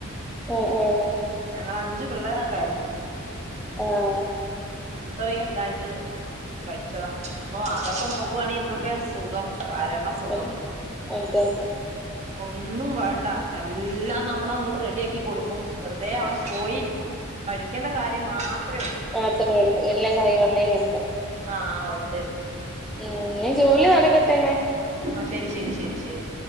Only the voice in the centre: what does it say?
ഉം ഉം
ആഹ്
ഉം അതന്നെ
മാത്രേ ഉള്ളൂ എല്ലാം കൈവെള്ളയിലുണ്ട്
ഉം ഇനി ജോലി നടക്കട്ടെന്നെ